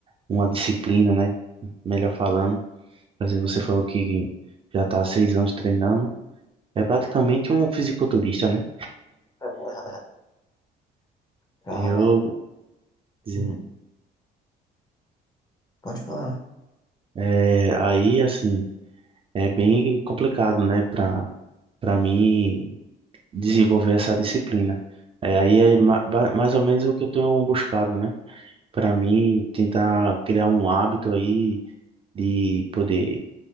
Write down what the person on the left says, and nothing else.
<laughs> Cara,
hum, pode falar.